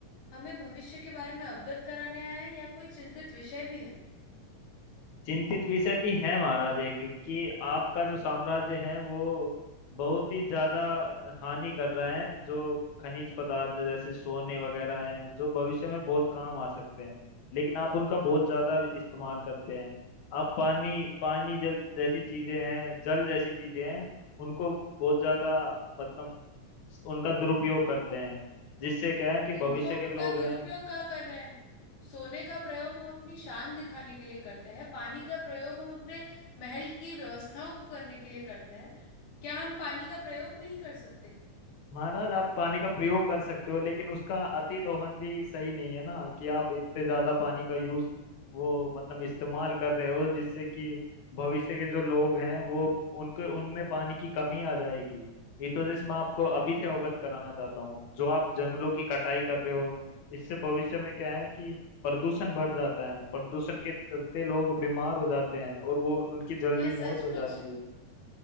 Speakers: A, on the left (about 75°); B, on the left (about 55°).
A: हमें भविष्य के बारे में अवगत कराने आए हैं या कोई चिंतित विषय भी है
B: चिंतित विषय भी है महाराज एक कि आपका जो साम्राज्य है वो बहुत ही ज्यादा हानि कर रहा है जो खनिज पदार्थ है, जैसे सोने वगैरह हैं जो भविष्य में बहुत काम आ सकते हैं लेकिन आप उनका बहुत ज्यादा इस्तेमाल करते हैं आप पानी पानी जो जैसी चीजें हैं जल जैसी चीजें हैं उनको बहुत ज्यादा मतलब उनका दुरुपयोग करते हैं जिससे क्या है कि
A: किंतु
B: भविष्य
A: हम
B: के
A: उनका
B: लोग
A: दुरुपयोग
B: हैं
A: क्या कर रहे हैं सोने का प्रयोग हम अपनी शान दिखाने के लिए करते हैं पानी का प्रयोग हम अपने महल की व्यवस्थाओं को करने के लिए करते हैं क्या हम पानी का प्रयोग नहीं कर सकते
B: महाराज आप पानी का प्रयोग कर सकते हो लेकिन उसका अति दोहन भी सही नहीं है ना कि आप इतने ज्यादा पानी का यूज वो मतलब इस्तेमाल कर रहे हो जिससे कि भविष्य के जो लोग हैं वो उनके उनमें पानी की कमी आ जाएगी इस वजह से मैं आपको अभी से अवगत कराना चाहता हूँ जो आप जंगलों की कटाई कर रहे हो इससे भविष्य में क्या है कि प्रदूषण बढ़ जाता है प्रदूषण के चलते लोग बीमार हो जाते हैं और वो उनकी जल्दी
A: क्या
B: मौत
A: सचमुच
B: हो जाती है